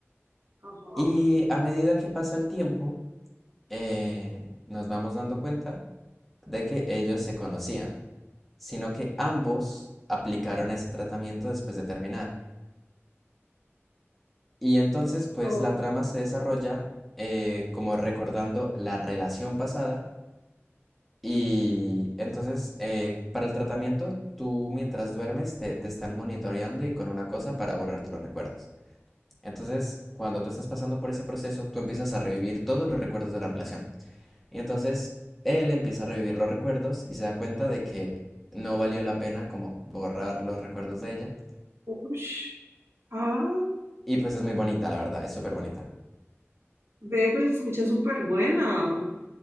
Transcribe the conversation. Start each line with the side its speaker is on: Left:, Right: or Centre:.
Right: ajá.
Centre: Y a medida que pasa el tiempo, eh, nos vamos dando cuenta de que ellos se conocían, sino que ambos aplicaron ese tratamiento después de terminar. Y entonces, pues
Right: O-
Centre: la trama se desarrolla eh, como recordando la relación pasada. Y entonces, eh, para el tratamiento, tú mientras duermes te, te están monitoreando y con una cosa para borrarte los recuerdos. Entonces, cuando tú estás pasando por ese proceso, tú empiezas a revivir todos los recuerdos de la relación. Y entonces, él empieza a revivir los recuerdos y se da cuenta de que no valió la pena como borrar los recuerdos de ella.
Right: Ush. Ah,
Centre: Y pues es muy bonita, la verdad, es súper bonita.
Right: ve, pero se escucha súper buena.